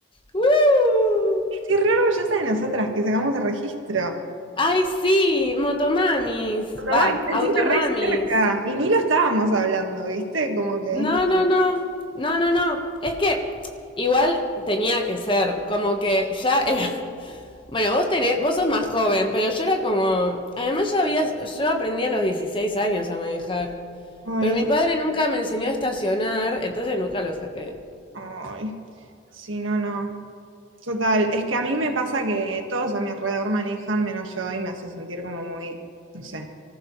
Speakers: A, on the left; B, on the right.
A: ¡Woo!
B: Estoy re orgullosa de nosotras que sacamos el registro.
A: ¡Ay, sí! Motomamis.
B: Tomá,
A: Va,
B: Encima
A: automamis.
B: re cerca. Y ni lo estábamos hablando, ¿viste? Como que.
A: No, no, no. No, no, no. Es que igual tenía que ser, como que ya era- Bueno, vos tenés, vos sos más joven, pero yo era como. Además ya había, yo aprendí a los 16 años a manejar.
B: Ay,
A: Pero mi padre nunca me enseñó a estacionar, entonces nunca lo saqué.
B: ay. Sí, no, no. Total. Es que a mí me pasa que todos a mi alrededor manejan menos yo y me hace sentir como muy, no sé.